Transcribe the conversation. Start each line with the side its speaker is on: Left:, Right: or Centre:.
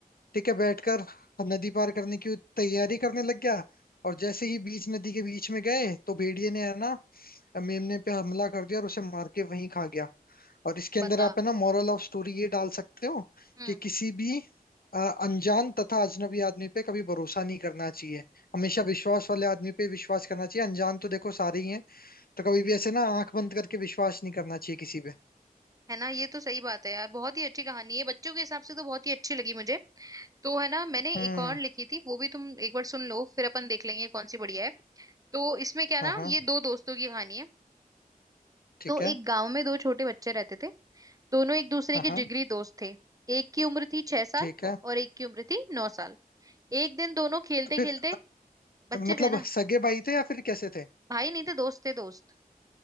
Left: ठीक है बैठकर नदी पार करने की तैयारी करने लग गया और जैसे ही बीच नदी के बीच में गए तो भेड़िए ने है ना मेमने पे हमला कर दिया और उसे मार के वहीं खा गया और इसके
Right: बता
Left: अंदर आप है ना मॉरल ऑफ स्टोरी ये डाल सकते हो
Right: हम्म
Left: कि किसी भी अ, अनजान तथा अजनबी आदमी पे कभी भरोसा नहीं करना चाहिए हमेशा विश्वास वाले आदमी पे विश्वास करना चाहिए अनजान तो देखो सारे ही हैं तो कभी भी ऐसे ना आंख बंद करके विश्वास नहीं करना चाहिए किसी पे
Right: है ना ये तो सही बात है यार बहुत ही अच्छी कहानी है बच्चों के हिसाब से तो बहुत ही अच्छी लगी मुझे तो है ना मैंने
Left: हम्म
Right: एक और लिखी थी वो भी तुम एक बार सुन लो फिर अपन देख लेंगे कौन सी बढ़िया है तो इसमें क्या ना
Left: हाँ हाँ
Right: ये दो दोस्तों की कहानी है
Left: ठीक
Right: तो
Left: है
Right: एक गांव में दो छोटे बच्चे रहते थे दोनों एक दूसरे
Left: हाँ
Right: के
Left: हाँ
Right: जिगरी दोस्त थे एक की उम्र थी छह साल
Left: ठीक
Right: औ-
Left: है
Right: और एक की उम्र थी नौ साल एक दिन दोनों खेलते
Left: तो फिर
Right: खेलते बच्चे
Left: मतलब
Right: थे ना
Left: सगे भाई थे या फिर कैसे थे
Right: भाई नहीं थे दोस्त थे दोस्त